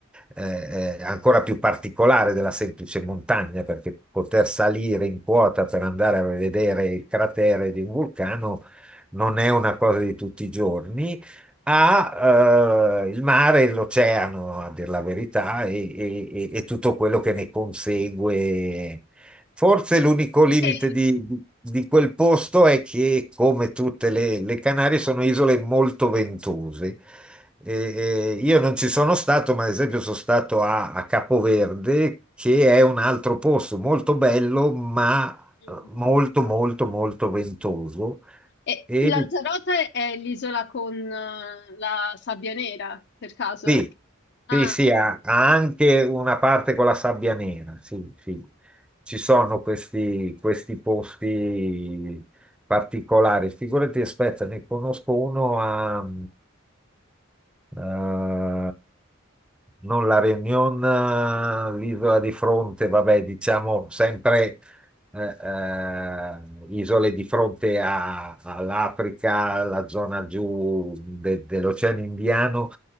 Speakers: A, in the centre; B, on the left (about 55°).
A: eh, eh, ancora più particolare della semplice montagna, perché poter salire in quota per andare a vedere il cratere di un vulcano non è una cosa di tutti i giorni ha eh, il mare e l'oceano, a dir la verità, e, e- e- e tutto quello che ne consegue. Forse l'unico limite
B: E-
A: di, di quel posto è che, come tutte le, le Canarie, sono isole molto ventose. E- e io non ci sono stato, ma ad esempio sono stato a, a Capoverde, che è un altro posto molto bello, ma
B: mm.
A: eh, molto, molto, molto ventoso.
B: E
A: E
B: Lanzarote è l'isola con eh, la sabbia nera, per caso?
A: Sì,
B: Ah,
A: sì, sì, ha,
B: ok.
A: ha anche una parte con la sabbia nera, sì, sì. Ci sono questi, questi posti particolari. Figurati, aspetta, ne conosco uno a, eh, non la Réunion, eh, l'isola di fronte, vabbè, diciamo sempre eh, eh, isole di fronte a- all'Africa, la zona giù de- dell'Oceano Indiano,